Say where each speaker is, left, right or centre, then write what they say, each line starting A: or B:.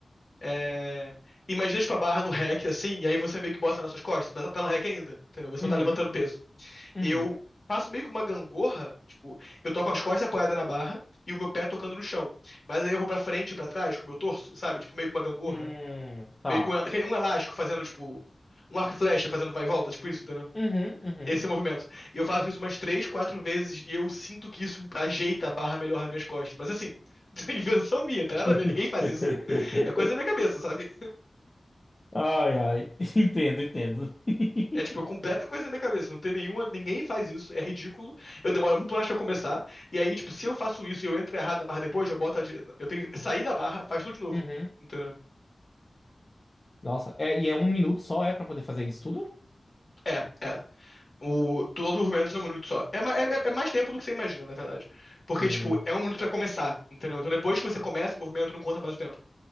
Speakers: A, on the left (about 45°); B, on the left (about 25°).
A: É... Imagina, tipo, a barra no rack, assim, e aí você meio que bota nas suas costas, mas tá no rack ainda, entendeu? Você
B: Uhum,
A: não tá levantando peso.
B: uhum.
A: Eu faço meio que uma gangorra, tipo, eu tô com as costas apoiadas na barra e o meu pé tocando no chão. Mas aí eu vou pra frente e pra trás com o meu torso, sabe? Tipo, meio que uma gangorra.
B: Hum, tá.
A: Meio que um um elástico fazendo, tipo, um arco e flecha fazendo vai e volta, tipo isso, entendeu?
B: Uhum, uhum.
A: Esse é o movimento. E eu faço isso umas três, quatro vezes e eu sinto que isso ajeita a barra melhor nas minhas costas. Mas assim, <laughs> é invenção minha, não tem nada
B: <laughs>
A: a ver, ninguém faz isso. É coisa da minha cabeça, sabe?
B: Ai, ai. <laughs> Entendo, entendo. <laughs>
A: É tipo, é completa coisa na minha cabeça. Não tem nenhuma, ninguém faz isso, é ridículo. Eu demoro muito mais pra começar. E aí, tipo, se eu faço isso e eu entro errado na barra depois, eu boto a, dire- eu tenho que sair da barra, faz tudo de novo.
B: Uhum.
A: Entendeu?
B: Nossa, é, e é um minuto só, é pra poder fazer isso tudo?
A: É, é. O, todo o movimento é um minuto só. É, ma- é- é é mais tempo do que você imagina, na verdade. Porque,
B: Hum,
A: tipo, é um minuto pra começar, entendeu? Então depois que você começa, o movimento não conta mais o tempo.